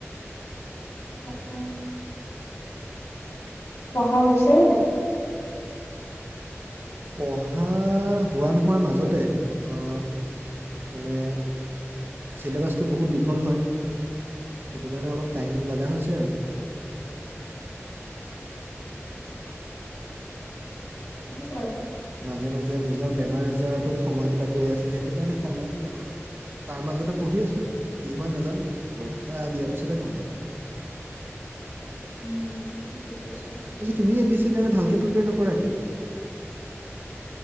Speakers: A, on the left; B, on the right.
A: উম উম। পঢ়া হৈছে নে নাই!
B: পঢ়া হোৱা নোহোৱাৰ মাজতে, আহ মানে চিলেবাছটো বহুত দীঘল হয়। সেইটো কাৰণে অলপ টাইম লগা হৈছে আৰু।
A: <unintelligible>
B: মাজে মাজে নিজৰ বেমাৰ আজাৰটোত সময়বিলাক গৈ আছে সেইটো কাৰণে সময়বিলাকৰ তাৰ মাজতে পঢ়ি আছোঁ আৰু কি হয় নাজানো পৰীক্ষা দিয়াৰ পিছতহে গম পাম।
A: উম। বুজিছোঁ।
B: তাৰপিছত তুমি এপিএ চিৰ কাৰণে ভালকে প্ৰিপেয়াৰ নকৰা কিয়!